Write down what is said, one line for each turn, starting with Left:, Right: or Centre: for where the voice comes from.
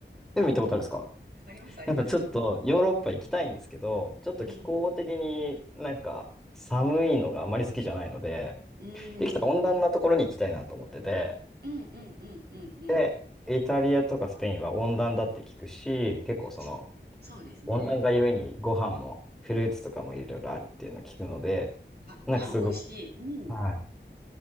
Centre: でも行ったことあるんですか
Right: あります、あります。
Centre: やっぱちょっとヨーロッパ行きたいんですけど、ちょっと気候的になんか寒いのがあまり好きじゃないので、
Right: うん。うん。うん。
Centre: できたら温暖なところに行きたいなと思ってて、
Right: うん、うん、うん、うん、うん。
Centre: で、イタリアとかスペインは温暖だって聞くし、結構その
Right: そ、そうですね。
Centre: 温暖化ゆえにご飯もフルーツとかもいろいろあるっていうのを聞くので、
Right: あ、
Centre: なんかすごく、
Right: ご飯美味しい。うん。
Centre: はい、行っ